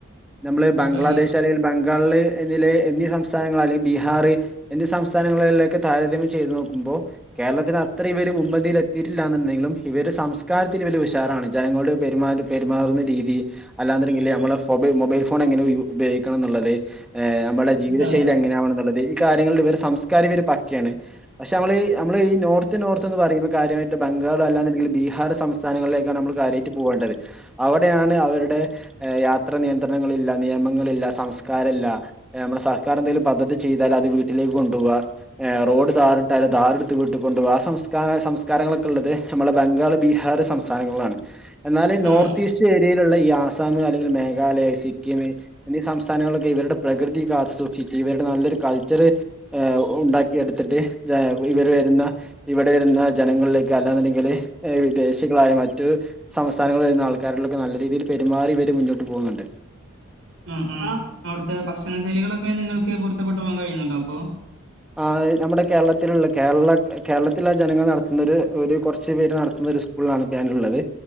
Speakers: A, in the centre; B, on the right.
A: നമ്മള് ബംഗ്ലാദേശ്
B: ആ
A: അല്ലെങ്കില് ബംഗാൾള് എന്ന്ല് എന്നീ സംസ്ഥാനങ്ങൾ അല്ലെ ബീഹാറ് എന്നീ സംസ്ഥാനങ്ങളിലൊക്കെ താരതമ്യം ചെയ്ത് നോക്കുമ്പോ കേരളത്തിന്റെ അത്രയും ഇവര് മുൻപന്തിയിലെത്തിട്ടില്ലാന്ന് ണ്ടെങ്കിലും ഇവര് സംസ്കാരത്തില് ഇവല് ഉഷാറാണ് ജനങ്ങളോട് പെരുമാറ്റ പെരുമാറുന്ന രീതി അല്ലാന്ന്ണ്ടെങ്കില് നമ്മളെ ഫൊബൈ മൊബൈൽ ഫോണെങ്ങനെ യു ഉപയോഗിക്കണന്ന്ള്ളത് ഏഹ് നമ്മളെ ജീവിത
B: ആ ആ
A: ശൈലി എങ്ങനെയാവണന്നുള്ളത് ക്കാര്യങ്ങളില് ഇവരെ സംസ്കാരം ഇവര് പക്കെണ് പക്ഷെ നമ്മളീ നമ്മള് ഈ നോർത്ത് നോർത്ത് ന്ന് പറയുമ്പ കാര്യമായിട്ട് ബംഗാള് അല്ലാന്ന്ണ്ടെങ്കില് ബീഹാർ സംസ്ഥാനങ്ങളിലേക്കാണ് അമ്മള് കാര്യായിട്ട് പോവേണ്ടത്. അവടെയാണ് അവരുടെ എഹ് യാത്ര നിയന്ത്രണങ്ങളില്ല നിയമങ്ങളില്ല സംസ്കാരല്ല. ഏഹ് നമ്മളെ സർക്കാർ എന്തെലും പദ്ധതി ചെയ്താൽ അത് വീട്ടിലേക്ക് കൊണ്ടോവ. ഏഹ് റോഡ് ദാറ്ട്ടാല് ദാറെട്ത്ത് വീട്ട് കൊണ്ടോവ ആ സംസ്ഥാന സംസ് ക്കാരങ്ങളൊക്കെള്ളത് നമ്മളെ ബംഗാള് ബീഹാറ് സംസ്ഥാനങ്ങളിലാണ്. എന്നാല് നോർത്ത്
B: ആ
A: ഈസ് റ്റേര്യയില്ള്ള ഈ ആസാമ് അല്ലെങ്കില് മേഘാലയ, സിക്കിം എന്നീ സംസ്ഥാനങ്ങളിലൊക്കെ ഇവര്ടെ പ്രകൃതി കാത്ത് സൂക്ഷിച്ച് ഇവരുടെ നല്ലൊരു കൾച്ചറ് ഏഹ് ഉണ്ടാക്കി എട്ത്ത്ട്ട് <unintelligible> ഇവര് വെരുന്ന ഇവടെ വെരുന്ന ജനങ്ങളിലേക്ക് അല്ലാന്നുണ്ടെങ്കി വല് ഏഹ് വിദേശികളായ മറ്റ് സംസ്ഥാനങ്ങൾന്ന് വെര്ന്ന ആൾക്കാരിലൊക്കെ നല്ല രീതിയിൽ പെരുമാറി വര് മുന്നോട്ട് പോകുന്നുണ്ട്.
B: ആഹ് ആഹ് അവ്ട്ത്തെ ഭക്ഷണ ശൈലികളൊക്കെ നിങ്ങൾക്ക് പൊരുത്തപ്പെട്ടു പോവാൻ കഴിയുന്നുണ്ടോ അപ്പൊ?
A: ആഹ് എഹ് നമ്മടെ കേരളത്തില്ള്ള കേരള കേരളത്തിലെ ജനങ്ങൾ നട- ന്നൊര് ഒര് കൊർച്ച് പേര് നടത്തുന്നൊരി സ്കൂളാണ് ഇപ്പ ഞാന്ള്ളത്.